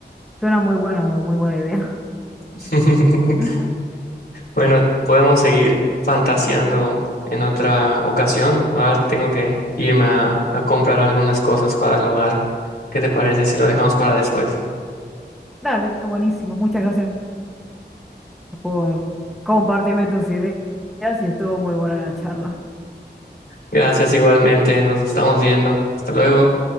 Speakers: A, in the centre; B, on the left (about 60°).
A: suena muy bueno, muy buena idea.
B: <laughs>
A: <laughs>
B: Bueno, podemos seguir fantaseando en otra ocasión. Ahora tengo que irme a, a comprar algunas cosas para el hogar. ¿Qué te parece si lo dejamos para después?
A: Dale, buenísimo. Muchas gracias por compartirme tus ideas y estuvo muy buena la charla.
B: Gracias igualmente, nos estamos viendo. Hasta luego.